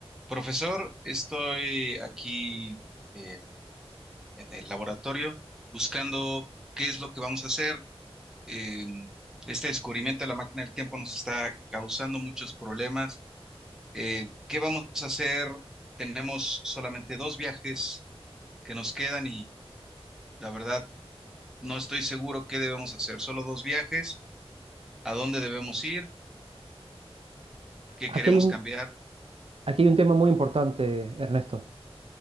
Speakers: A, in the centre; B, on the right.
A: Profesor, estoy aquí eh, en el laboratorio buscando qué es lo que vamos a hacer. Eh, este descubrimiento de la máquina del tiempo nos está causando muchos problemas. Eh, ¿qué vamos a hacer? Tenemos solamente dos viajes que nos quedan y la verdad no estoy seguro qué debemos hacer. Solo dos viajes. ¿A dónde debemos ir? ¿Qué
B: Aquí
A: queremos
B: hay un,
A: cambiar?
B: aquí hay un tema muy importante, Ernesto.